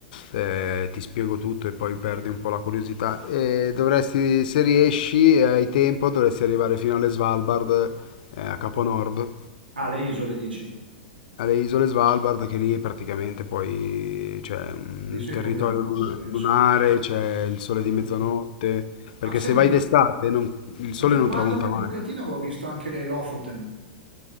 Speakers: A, on the left; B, on the right.
A: eh, ti spiego tutto e poi perdi un po' la curiosità, eh, dovresti, se riesci e hai tempo, dovresti arrivare fino alle Svalbard, eh, a Capo Nord,
B: Ah, le isole dici?
A: alle isole Svalbard, che lì praticamente poi c'è un
B: Lì sei
A: territorio
B: fuori dal mondo,
A: luna-
B: penso.
A: lunare, c'è il sole
B: Ah,
A: di mezzanotte,
B: ah. Ma
A: perché
B: senti,
A: se vai d'estate non- il sole
B: informandomi
A: non tramonta
B: un
A: mai.
B: pochettino avevo visto anche le Lofoten.